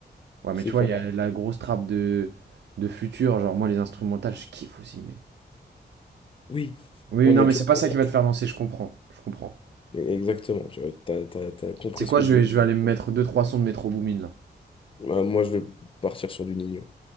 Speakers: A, on the right; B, on the left.
A: Ouais,
B: c'est
A: mais tu vois,
B: pas.
A: il y a la grosse trappe de, de futur. Genre, moi, les instrumentales, je kiffe aussi, mais.
B: Oui.
A: Oui,
B: Ouais,
A: non,
B: mais
A: mais
B: tu
A: c'est pas
B: vois,
A: ça qui va te faire danser, je comprends. Je comprends.
B: exactement, tu vois, t'as, t'as- t'as compris
A: C'est quoi,
B: ce que
A: je
B: je
A: vais,
B: voulais dire.
A: je vais aller me mettre deux trois sons de Metro Boomin, là.
B: Euh, Moi, je vais partir sur du Nino.